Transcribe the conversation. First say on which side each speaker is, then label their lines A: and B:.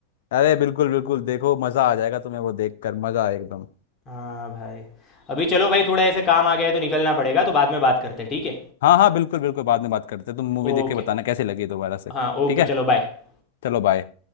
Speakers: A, on the left; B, on the left.
A: अरे बिल्कुल बिल्कुल देखो मजा आ जाएगा तुम्हें वो देख कर मजा आए एकदम
B: हाँ भाई अभी चलो भाई थोड़ा ऐसे काम आ गया है तो निकलना पड़ेगा तो बाद में बात करते हैं ठीक है
A: हाँ हाँ बिल्कुल बिल्कुल बाद में बात करते हैं। तुम मूवी
B: ओके
A: देख के बताना कैसी लगी दोबारा से
B: हाँ ओके
A: ठीक है
B: चलो बाय
A: चलो बाय